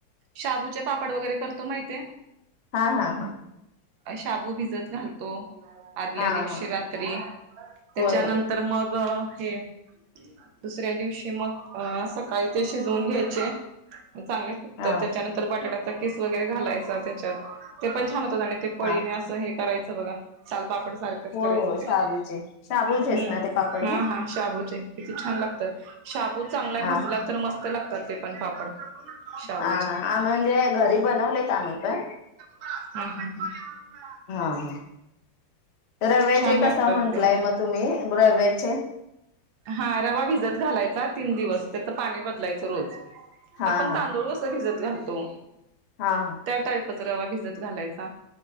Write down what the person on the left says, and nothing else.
हा हा हा.
हा
हा
होय होय
हा
हा
होय
होय
शाबूचे शाबूचेच
ना ते पापड
मग
हा
आ हा आमी म्हणजे घरी बनवलेत आम्हीं पण
हा हा तर रव्याचे
कसा म्हंटलाय
म तुम्ही? रव्याचे?
हा
हा
हा हा